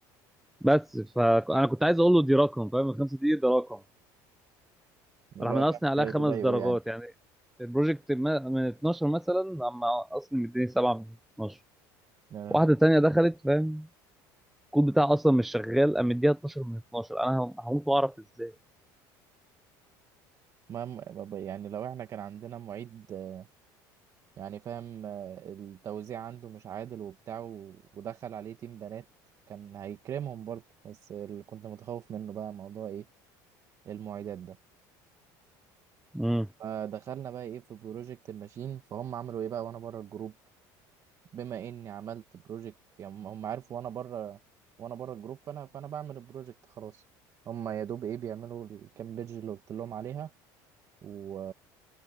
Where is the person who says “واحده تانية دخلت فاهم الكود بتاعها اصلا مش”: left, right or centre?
Centre